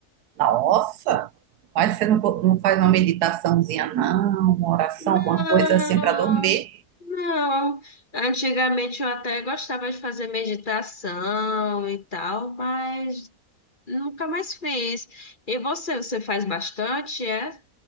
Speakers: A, on the right; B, on the left.
A: Nossa, mas você não, co- não faz uma meditaçãozinha, não, uma oração,
B: Não,
A: alguma coisa assim para dormir?
B: não. Antigamente eu até gostava de fazer meditação e tal, mas nunca mais fiz. E você, você faz bastante, é?